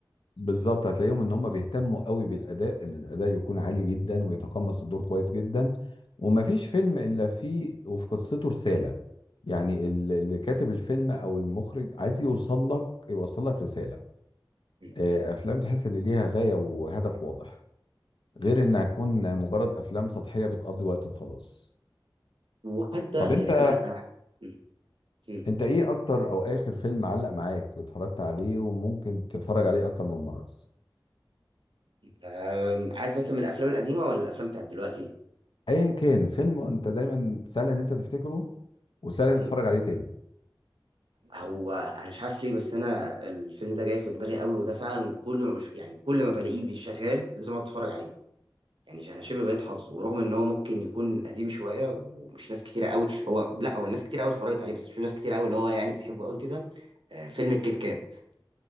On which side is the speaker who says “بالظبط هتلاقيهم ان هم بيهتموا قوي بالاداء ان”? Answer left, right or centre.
Left